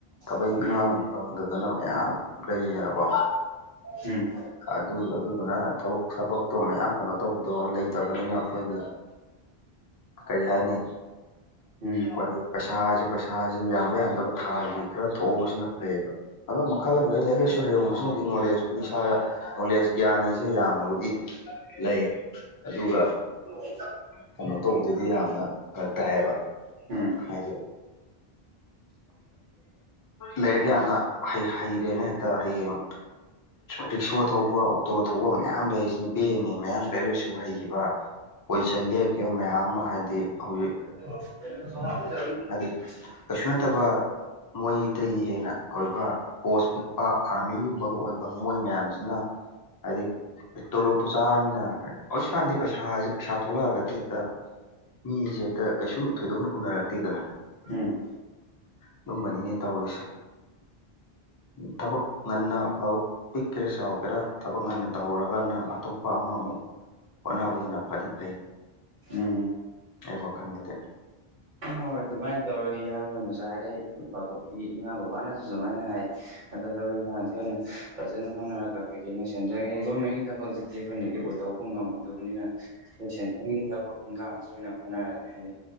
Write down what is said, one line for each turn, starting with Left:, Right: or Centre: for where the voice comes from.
Left: ꯊꯕꯛ
Right: ꯎꯝ
Left: ꯏꯪꯈꯥꯡ ꯐꯪꯗꯗꯅ ꯃꯌꯥꯝ ꯂꯩꯔꯤꯗꯅꯀꯣ
Right: ꯎꯝ
Left: ꯑꯗꯨ ꯑꯗꯨꯗꯨꯅ ꯊꯕꯛ ꯊꯕꯛꯇꯣ ꯃꯌꯥꯝ ꯀꯩꯅꯣ ꯇꯧꯕꯗꯣ ꯂꯩꯇꯕꯅꯤꯅ ꯑꯩꯈꯣꯏꯒꯤ ꯀꯔꯤ ꯍꯥꯏꯅꯤ
Right: ꯎꯝ ꯎꯝ ꯎꯝ ꯎꯝ
Left: ꯍ ꯄꯩꯁꯥꯁ ꯄꯩꯁꯥꯁꯦ ꯌꯥꯝꯕ ꯌꯥꯝꯗꯕ ꯊꯥꯒꯤ ꯈꯔ ꯊꯣꯛꯎꯁꯤꯅ ꯐꯩꯌꯦꯕ ꯑꯗꯣ ꯃꯈꯜ ꯑꯃꯗꯩ ꯂꯥꯏꯔꯛ ꯂꯥꯏꯁꯨ ꯍꯩꯎꯨ ꯁꯤꯅꯗꯤ ꯅꯣꯂꯦꯖ ꯑꯩꯗꯤ ꯏꯁꯥꯗ ꯅꯣꯂꯦꯖ ꯒ꯭ꯌꯥꯟ ꯍꯥꯏꯁꯦ ꯌꯥꯝꯅꯕꯨꯗꯤ ꯂꯩ ꯑꯗꯨꯒ
Right: ꯎꯝ
Left: ꯀꯩꯅꯣ ꯇꯧꯕꯗꯨꯗꯤ ꯌꯥꯝꯅ ꯐꯔꯛ ꯇꯥꯏꯌꯦꯕ
Right: ꯎꯝ
Left: ꯍꯥꯏꯗꯤ ꯂꯥꯏꯔꯤꯛ ꯌꯥꯝꯅ ꯍ ꯍꯩꯔꯦꯅ ꯍꯦꯛꯇ ꯍꯌꯦꯡ ꯔꯤꯛꯁꯣ ꯊꯧꯕ ꯑꯣꯛꯇꯣ ꯊꯧꯕ ꯃꯌꯥꯝ ꯂꯩꯔꯤꯁꯤꯅꯦ ꯚꯦ ꯑꯦꯝ ꯑꯦ ꯃꯌꯥꯝ ꯂꯩ ꯂꯁꯨ ꯍꯩꯈꯤꯕ ꯄꯣꯏꯖꯤꯁꯟ ꯂꯦꯞꯈꯤꯕ ꯃꯌꯥꯝ ꯑꯃ ꯍꯥꯏꯗꯤ ꯍꯧꯖꯤꯛ
Right: ꯁꯣ
Left: ꯍꯥꯏꯗꯤ ꯀꯩꯁꯨ ꯅꯠꯇꯕ ꯃꯣꯏꯗꯒꯤ ꯍꯦꯟꯅ ꯑꯣꯏꯕ ꯄꯣꯁ ꯄꯤꯛꯄ ꯑꯥꯔꯃꯤꯒꯨꯝꯕꯒ ꯑꯣꯏꯕ ꯃꯣꯏ ꯃꯌꯥꯝꯁꯤꯅ ꯍꯥꯏꯗꯤ ꯇꯣꯂꯣꯞꯇꯣ ꯆꯥꯔꯃꯤꯅ ꯍꯧꯖꯤꯛꯀꯥꯟꯗꯤ ꯄꯩꯁꯥꯁꯦ ꯄꯩꯁꯥ ꯊꯣꯛꯂꯛꯑꯒꯗꯤ ꯍꯦꯛꯇ ꯃꯤꯁꯦ ꯍꯦꯛꯇ ꯀꯩꯁꯨ ꯊꯣꯏꯗꯣꯛꯅ ꯎꯅꯔꯛꯇꯦꯗꯅ
Right: ꯎꯝ ꯎꯝ
Left: ꯑꯗꯨꯝꯕꯅꯤꯅꯦ ꯇꯧꯔꯤꯁꯦ ꯊꯕꯛ ꯉꯟꯅ ꯑꯐꯕ ꯄꯤꯛꯀꯦꯔꯥ ꯆꯥꯎꯒꯦꯔꯥ ꯊꯕꯛ ꯉꯟꯅ ꯇꯧꯍꯧꯔꯒ ꯅꯪ ꯑꯇꯣꯞꯄ ꯑꯃꯃꯨꯛ ꯍꯣꯠꯅꯕꯗꯨꯅ ꯐꯗꯤ ꯐꯩ
Right: ꯎꯝ
Left: ꯑꯩ ꯋꯥꯈꯜꯗꯗꯤ
Right: ꯍꯣꯏ ꯑꯗꯨꯃꯥꯏꯅ ꯇꯧꯔꯒ ꯏꯌꯥꯝꯕꯅꯁꯨ ꯍꯥꯏꯔꯦꯒꯤ ꯏꯃꯥ ꯕꯕꯥꯅꯁꯨ ꯁꯨꯃꯥꯏꯅ ꯍꯥꯏ ꯅ ꯊꯕꯛ ꯏꯟꯈꯥꯡꯁꯤ ꯑꯣꯏꯅ ꯐꯖꯅ ꯍꯣꯠꯅꯔꯒ ꯀꯩꯀꯩꯅ ꯁꯦꯟꯗ꯭ꯔꯉꯩ ꯒꯣꯔꯃꯦꯟꯒꯤ ꯊꯕꯛꯁꯤꯗꯤ ꯑꯩꯈꯣꯏꯅꯗꯤ ꯑꯣꯏꯧꯕ ꯎ ꯉꯝꯃꯗꯕꯅꯤꯅ ꯑꯩꯈꯣꯏ ꯁꯦꯟꯇꯪꯒꯤ ꯊꯕꯛ ꯏꯪꯈꯥꯡꯁꯨ ꯑꯣꯏꯅ ꯍꯣꯠꯅꯔꯒꯦ ꯍꯥꯏꯗꯤ